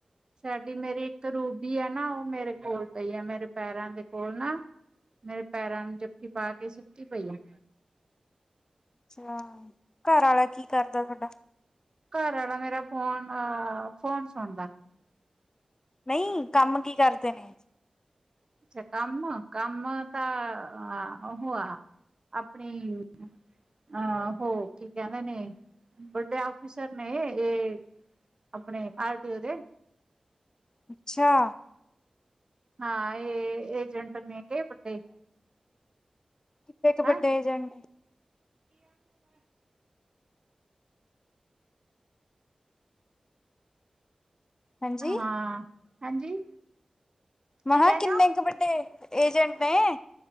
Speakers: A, on the right (about 40°); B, on the left (about 30°).
A: ਸਾਡੀ ਮੇਰੀ ਇੱਕ ਰੂਬੀ ਆ ਨਾ, ਉਹ ਮੇਰੇ ਕੋਲ ਪਈ ਆ ਮੇਰੇ ਪੈਰਾਂ ਦੇ ਕੋਲ ਨਾ ਮੇਰੇ ਪੈਰਾਂ ਨੂੰ ਜੱਫੀ ਪਾ ਕੇ ਸੁੱਤੀ ਪਈ ਏ
B: ਅੱਛਾ। ਘਰ ਆਲਾ ਕੀ ਕਰਦਾ ਤੁਹਾਡਾ?
A: ਘਰ ਆਲਾ ਮੇਰਾ ਫੋਨ, ਅ ਫੋਨ ਚਲਾਦਾ ਐ।
B: ਨਹੀਂ ਕੰਮ ਕੀ ਕਰਦੇ ਨੇ
A: ਅੱਛਾ ਕੰਮ, ਕੰਮ ਤਾਂ ਉ ਆ ਅਪਣੀ ਆਹੋ ਕੀ ਹੈ ਕਹਦੇੰ ਨੇ, ਬਡੇ ਔਫੀਸਰ ਨੇ ਇਹ ਆਪਨੇ ਆਰਟੀਓ ਦੇ
B: ਅੱਛਾ
A: ਹਾਂ। ਇਹ ਏਜੰਟ ਨੇ ਵੱਡੇ
B: ਕਿੱਥੇ ਚ
A: ਹੈਂ
B: ਵੱਡੇ ਏਜੰਟ ਨੇ?
A: <unintelligible>
B: ਹਾਂਜੀ
A: ਹਾਂ -ਹਾਂਜੀ ਕੀ
B: ਮੇਹਾ
A: ਕਹਿੰਦੇ
B: ਕਿਹਾ ਕਿੰਨੇ
A: ਹੋ
B: ਕੁ ਵੱਡੇ ਏਜੰਟ ਨੇ